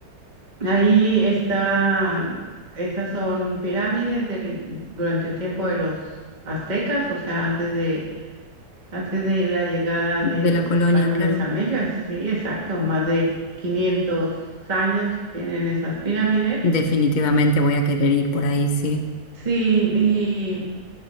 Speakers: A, on the right; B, on the left.
A: Ahí están, esas son pirámides del- durante el tiempo de los aztecas, o sea, antes de, antes de la llegada
B: De
A: de
B: la
A: los
B: colonia,
A: españoles
B: claro.
A: a México. Sí, exacto, más de 500 años tienen esas pirámides.
B: Definitivamente voy a querer ir por ahí, sí.
A: Sí, y